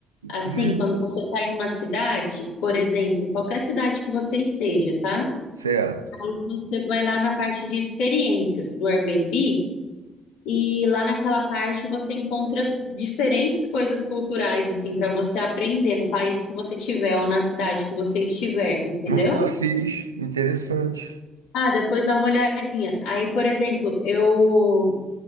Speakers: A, on the left (about 70°); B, on the right (about 85°).
A: Assim,
B: Hum,
A: quando você está em uma cidade, por exemplo, qualquer cidade que você esteja, tá?
B: certo.
A: Aí você vai lá na parte de experiências do Airbnb. E lá naquela parte você encontra diferentes coisas culturais, assim, para você aprender no país que você tiver ou na cidade que você estiver, entendeu?
B: Nunca fiz. Interessante.
A: Ah, depois dá uma olhadinha. Aí, por exemplo, eu